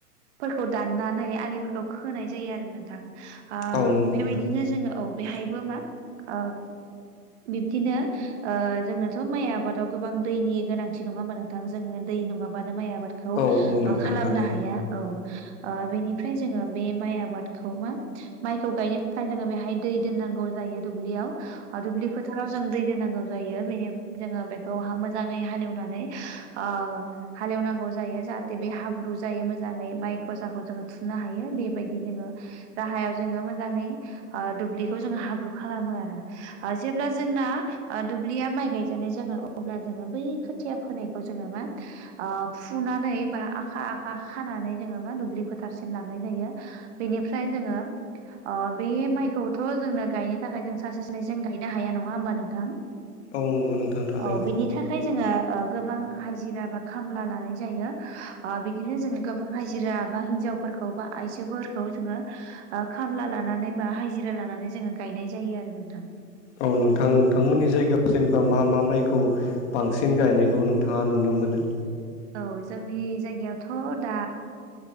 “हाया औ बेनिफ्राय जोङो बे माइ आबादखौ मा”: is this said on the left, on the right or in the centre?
Right